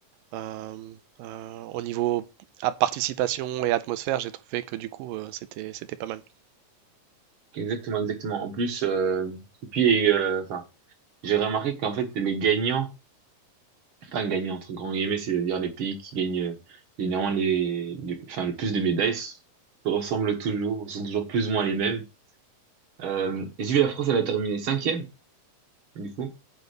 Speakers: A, on the right (about 80°); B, on the right (about 55°).
A: euh, euh, au niveau à participation et atmosphère, j'ai trouvé que du coup, euh, c'était, c'était pas mal.
B: exactement, exactement. En plus, euh, et puis, euh, enfin, j'ai remarqué qu'en fait les gagnants, enfin gagnants entre grands guillemets, c'est-à-dire les pays qui gagnent euh, généralement les, les- enfin le plus de médailles, s- ressemblent toujours, sont toujours plus ou moins les mêmes. Euh, et si la France, elle a terminé cinquième. du coup.